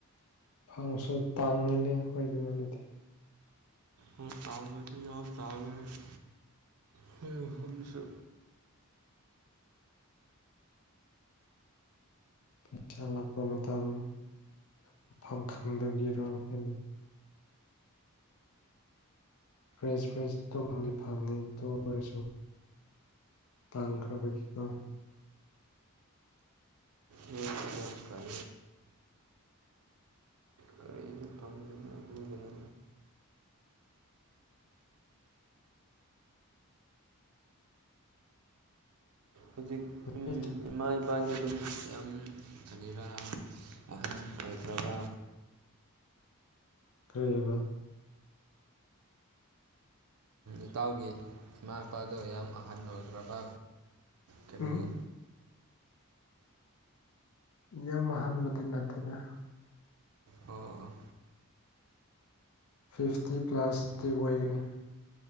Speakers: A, on the left; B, on the right.
A: ꯐꯪꯁꯨ ꯇꯥꯡꯉꯤꯅꯤ ꯑꯩꯈꯣꯏꯔꯣꯟꯗꯗꯤ
B: ꯎꯝ ꯇꯥꯡꯕꯗꯤ ꯌꯥ ꯇꯥꯡꯉꯦ ꯈꯣꯏꯔꯣꯝꯍꯝꯁꯨ
A: ꯄꯩꯁꯥ ꯂꯥꯛꯄ ꯃꯇꯝ ꯃꯐꯝ ꯈꯪꯗꯕꯒꯤꯔꯣ ꯑꯩꯈꯣꯏꯅ ꯐ꯭ꯔꯦꯁ ꯐ꯭ꯔꯦꯁꯇꯨꯝ ꯐꯪꯗꯤ ꯐꯪꯉꯤ ꯗꯨ ꯑꯣꯏꯔꯁꯨ ꯇꯥꯡꯈ꯭ꯔꯕꯒꯤꯀꯣ
B: ꯅꯣꯏ ꯃꯌꯥꯝ <unintelligible> ꯇꯝ ꯀꯔꯤꯁꯨ ꯐꯝꯕꯅꯣ ꯑꯗꯨꯒꯤꯅꯣ ꯍꯧꯖꯤꯛ
A: <unintelligible>
B: ꯏꯃꯥ ꯏꯄꯥꯗꯤ ꯑꯗꯨꯝ ꯌꯥꯝ ꯀꯅꯤꯔ ꯑꯍꯟ ꯑꯣꯏꯈ꯭ꯔꯕ
A: ꯀꯩꯑꯕ
B: ꯏꯇꯥꯎꯒꯤ ꯏꯃꯥ ꯏꯄꯥꯗꯣ ꯌꯥꯝ ꯑꯍꯟ ꯑꯣꯏꯈ꯭ꯔꯕ ꯀꯔꯤꯒꯤ
A: ꯎꯝ ꯌꯥꯝ ꯑꯍꯟꯕꯨꯗꯤ ꯅꯠꯇꯦꯗ
B: ꯑꯣ
A: ꯐꯤꯐꯇꯤ ꯄ꯭ꯂꯁꯇꯤ ꯑꯣꯏꯒꯅꯤ